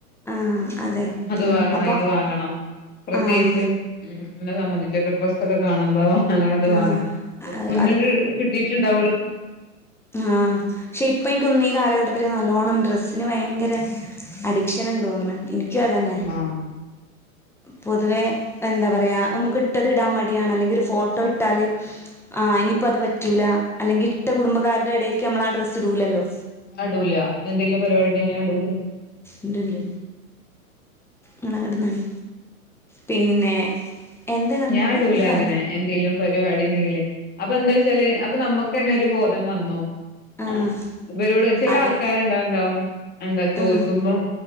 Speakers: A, in the centre; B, on the left.
A: ആഹ് അതെ
B: അത് വാങ്ങണം
A: അപ്പൊ
B: ഇത് വാങ്ങണം പ്രത്യേകിച്ച്
A: ആഹ്
B: ഉ എന്ന സംബന്ധിച്ചൊക്കെ ഡ്രസ് ഒക്കെ കാണുമ്പോം അങ്ങന അത്
A: ആഹ്
B: വാങ്ങണം മുന്നണ്ട് കിട്ടീട്ടുണ്ടാവുള്ളൂ
A: ആ ശ അപ്പോ എനിക്ക്ന്ന് ഈ കാലഘട്ടത്തിൽ നല്ലോണം ഡ്രസ് അതിന് ഭയങ്കര അഡിക്ഷൻ ഉണ്ടോന്ന്ന് എനിക്ക അതന്നെ
B: ആഹ്
A: പൊതുവെ എന്താ പറയാ നമുക്ക് ഇട്ടത് ഇടാൻ മടിയാണ് അല്ലെങ്കി ഒരു ഫോട്ടോ ഇട്ടാൽ ഇനിപ്പോ അത് പറ്റൂല അല്ലെങ്കി ഇട്ട കുടും- ആരുടെടക്ക്മ്മള് ആ ഡ്രസ് ടൂലല്ലോ
B: ഞാൻ ഇടൂല എന്തേലും പരിപാടി ഉണ്ടെങ്കി ഞാൻ ഇടൂല
A: ഇണ്ട്ണ്ട് നിങ്ങള് കിടന്നോണി പിന്നെ എന്ത് പറഞ്ഞാടി
B: ഞാടൂല
A: ഇജ്ജ്
B: അങ്ങനെ
A: പറഞ്ഞോ
B: എന്തേലും പരിപാടി അപ്പൊ എന്താ വെച്ചാല് അപ്പൊ നമ്മുക്ക് തന്നെ ഒരു ബോധം വന്നു
A: ആഹ്
B: ആ ഇവരോട് ചില
A: അത്
B: ആൾക്കാരുണ്ടാവും എന്താ എന്താ ചോദിക്കുമ്പം
A: ആഹ്